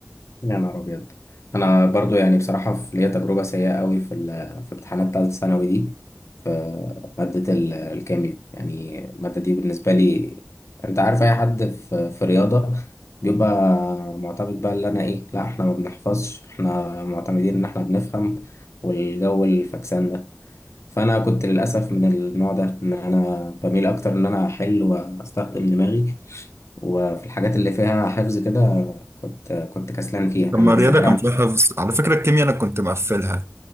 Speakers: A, on the left; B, on the right.
A: يا نهار ابيض انا برضو يعني بصراحه في ليا تجربه سيئه قوي في ال- في امتحانات ثالثه ثانوي دي في ماده ال- الكيمياء يعني الماده دي بالنسبه لي انت عارف اي حد في في رياضه بيبقى معتمد بقى اللي انا ايه لا احنا ما بنحفظش احنا معتمدين ان احنا بنفهم والجو الفكسان ده فانا كنت للاسف من النوع ده ان انا بميل اكتر ان انا احل واستخدم دماغي وفي الحاجات اللي فيها حفظ كده كنت كنت كسلان فيها يعني
B: لما
A: انا
B: الرياضه
A: الذاكره
B: كان
A: عندي
B: فيها حفظ على فكره الكيمياء انا كنت مقفلها